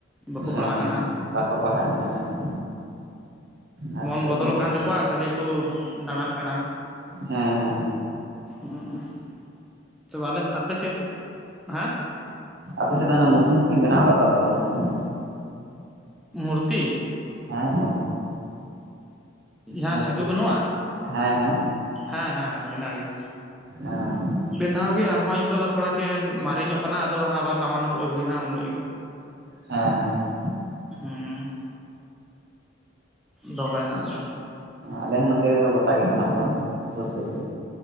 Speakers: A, in the centre; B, on the right.
A: ᱵᱟᱠᱚ
B: ᱦᱮᱸ
A: ᱯᱟᱲᱦᱟᱜ ᱠᱟᱱᱟ᱾
B: ᱵᱟᱠᱚ ᱯᱟᱲᱦᱟᱜ ᱠᱟᱱᱟ ᱦᱮᱸ ᱟᱨ
A: ᱢᱚᱱ ᱵᱚᱫᱚᱞᱚᱜ
B: ᱩᱱᱠᱤᱱ
A: ᱠᱟᱱ ᱛᱟᱠᱚᱣᱟ ᱠᱷᱟᱹᱞᱤ ᱠᱚ ᱫᱟᱬᱟᱱ ᱠᱟᱱᱟ᱾
B: ᱦᱮᱸ ᱦᱮᱸ᱾
A: ᱦᱮᱸ ᱛᱚᱵᱮ ᱟᱞᱮ ᱟᱯᱮ ᱥᱮᱫ ᱦᱮᱸ
B: ᱟᱯᱮ ᱥᱮᱫ ᱫᱚ ᱚᱱᱟ ᱢᱩᱴᱷᱟᱹᱱ ᱠᱚᱠᱤᱱ ᱵᱮᱱᱟᱣ ᱟᱠᱟᱫ ᱠᱚᱣᱟ ᱥᱮ ᱵᱟᱝ ᱢᱩᱴᱷᱟᱹᱱ ᱠᱚ?
A: ᱢᱩᱨᱛᱤ?
B: ᱦᱮᱸ
A: ᱡᱟᱦᱟᱸ
B: ᱢᱩᱨᱛᱤ
A: ᱥᱤᱫᱩ ᱠᱟᱹᱱᱩ ᱣᱟᱜ
B: ᱦᱮᱸ ᱦᱮᱸ
A: ᱦᱮᱸ ᱦᱮᱸ ᱵᱮᱱᱟᱣ ᱜᱮ᱾
B: <unintelligible>
A: ᱵᱮᱱᱟᱣ ᱜᱮ ᱟᱨᱦᱚᱸ ᱱᱤᱛᱚᱜ ᱫᱚ ᱛᱷᱚᱲᱟ ᱠᱤ ᱢᱟᱨᱮ ᱧᱚᱜ ᱠᱟᱱᱟ ᱟᱫᱚ ᱦᱟᱸᱜ ᱟᱵᱟᱨ ᱱᱟᱣᱟᱟᱱ ᱠᱚ ᱟᱹᱜᱩᱭᱟ ᱦᱟᱜ ᱩᱱ ᱦᱤᱞᱳ ᱜᱮ᱾
B: ᱦᱮᱸ ᱦᱮᱸ
A: ᱦᱩᱸ, ᱫᱚᱦᱚᱭᱟ ᱦᱟᱜ ᱫᱚ
B: ᱟᱞᱮ ᱦᱚᱸ ᱱᱚᱛᱮ ᱫᱚ ᱜᱚᱴᱟ ᱜᱮ ᱢᱮᱱᱟᱜ ᱠᱚᱣᱟ ᱥᱩᱨ ᱥᱩᱨ ᱜᱮ᱾